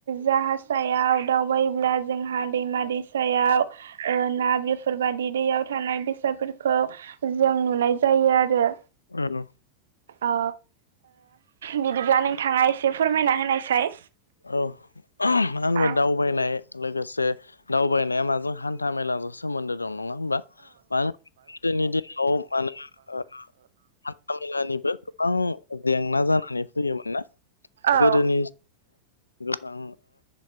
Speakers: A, on the right (about 65°); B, on the left (about 75°).
A: जाह सायाव दावबायोब्ला जोंहा दैमा दैसायाव ना बेफोरबादि दैयाव थानाय बेसादफोरखौ जों नुनाय जायो आरो
B: आनो
A: औ बिदिब्ला नोंथाङा एसे फोरमायना होनायसाय
B: औ मानो होनबा
A: औ
B: दाउ दावबायनाय लोगोसे दावबायनाया माजों हान्था मेला जोंसो सोमोन्दो दं नङा होमबा मानो होनबा गोदोनि दिनाव माने ओ हान्था मेलानिबो गोबां जेंना जानानै फैयोमोन ना
A: ओ
B: गोदोनि गोबां